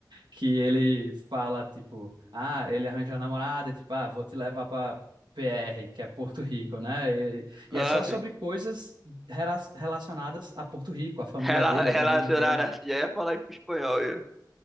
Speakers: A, on the right; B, in the centre.
A: que ele fala, tipo, ah, ele arranjou a namorada, e tipo, ah, vou te levar para PR, que é Porto Rico, né? E,
B: Ah,
A: e é só
B: sim.
A: sobre coisas rela- relacionadas a Porto Rico, a família
B: Rela,
A: dele,
B: relacionar
A: aos amigos dele.
B: assim. Já ia falar em espanhol. eu